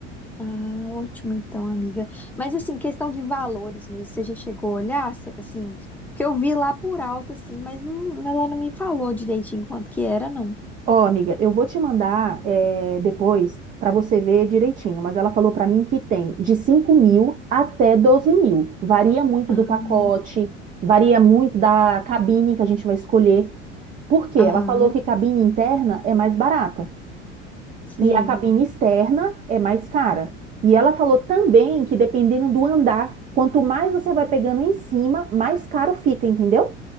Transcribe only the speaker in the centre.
Ah, ótimo então, amiga. Mas assim, questão de valores mesmo, você já chegou a olhar, Cê- assim, que eu vi lá por alto, assim, mas não- ela não me falou direitinho quanto que era, não.
Ah,
aham,
sei,